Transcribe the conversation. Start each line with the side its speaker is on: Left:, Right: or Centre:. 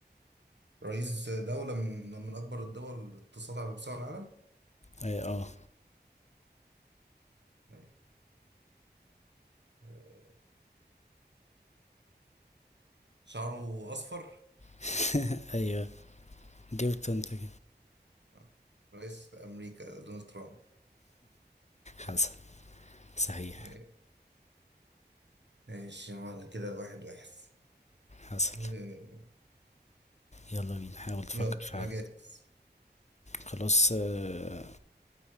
Right: رئيس دولة من من أكبر الدول اقتصادا على مستوى العالم
Left: اه اه
Right: يلا. آه، شعره أصفر
Left: <laughs> أيوه جبت انت كده
Right: آه، رئيس أمريكا دونالد ترامب
Left: حصل صحيح
Right: آه، ماشي معنا كده واحد واحد
Left: حصل
Right: آه،
Left: يلا بينا حاول تفكر
Right: يلا
Left: في حد
Right: أنا جاهز
Left: خلاص آه